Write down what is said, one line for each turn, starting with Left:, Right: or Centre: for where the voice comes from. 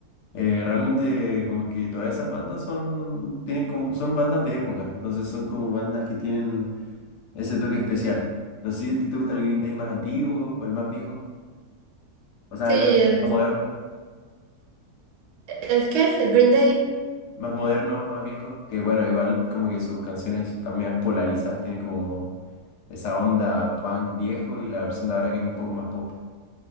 Left: Eh, realmente como que todas esas bandas son, tienen como, son bandas de época, entonces son como bandas que tienen ese toque especial. No sé si a ti te gusta el Green Day más antiguo o el más viejo, o sea,
Right: Sí,
Left: el más
Right: el,
Left: moderno,
Right: ¿el qué? ¿El Green Day?
Left: más moderno, más viejo, que bueno, igual como que sus canciones también polarizadas, tienen como esa onda punk viejo y la versión de ahora que es un poco más pop,